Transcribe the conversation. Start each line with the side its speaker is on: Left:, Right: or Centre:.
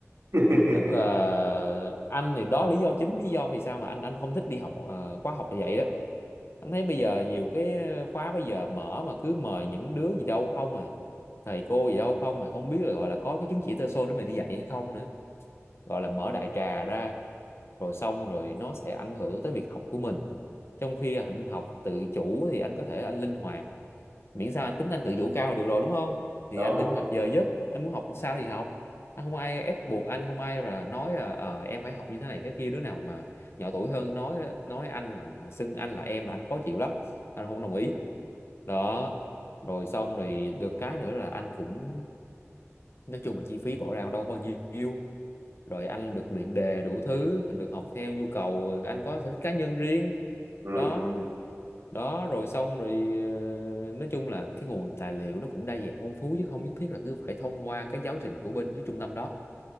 Right: <laughs>
Left: nên là anh thì đó lý do chính lý do vì sao mà anh anh không thích đi học ờ, khóa học thì vậy đó anh thấy bây giờ nhiều cái khóa bây giờ mở mà cứ mời những đứa gì đâu không à thầy cô gì đâu không mà không biết là gọi là có cái chứng chỉ TESOL để mà đi dạy hay không nữa gọi là mở đại trà ra rồi xong rồi nó sẽ ảnh hưởng tới việc học của mình trong khi anh học tự chủ thì anh có thể là anh linh hoạt miễn sao anh tính anh tự chủ cao là được rồi đúng không thì
Right: đúng
Left: anh linh hoạt giờ giấc anh muốn học sao thì học anh không ai ép buộc anh không ai là nói là ờ, em phải học như thế này thế kia đứa nào mà nhỏ tuổi hơn nói nói anh là à, xưng anh là em là anh khó chịu lắm anh không đồng ý đó rồi xong rồi được cái nữa là anh cũng nói chung là chi phí bỏ ra đâu có bao nhiêu rồi anh được luyện đề đủ thứ được học theo nhu cầu anh có sở thích cá nhân riêng
Right: ừ.
Left: đó đó rồi xong rồi ờ, nói chung là cái nguồn tài liệu nó cũng đa dạng phong phú chứ không nhất thiết là cứ phải thông qua cái giáo trình của bên cái trung tâm đó